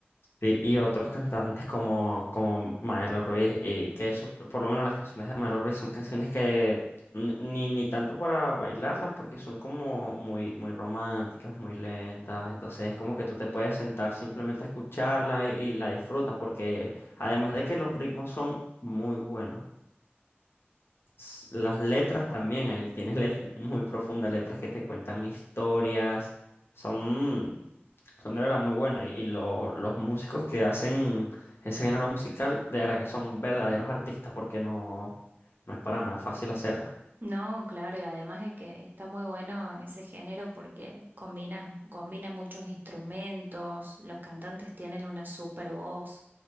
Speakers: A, on the left (about 65°); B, on the right (about 50°).
A: Sí, y otros cantantes como, como Maelo Ruiz, y que sus- por lo menos las canciones de Maelo Ruiz son canciones que n- ni, ni tanto para bailarlas, porque son como muy, muy románticas, muy lentas, entonces es como que tú te puedes sentar simplemente a escucharla y, y la disfrutas, porque además de que los ritmos son muy buenos, s- las letras también, ahí tienes <laughs> letras muy profundas, letras que te cuentan historias, son... Son de verdad muy buenas y, y lo- los músicos que hacen ese género musical, de verdad que son verdaderos artistas porque no, no es para nada fácil hacerla.
B: No, claro, y además de que está muy bueno ese género porque combina, combina muchos instrumentos, los cantantes tienen una super voz,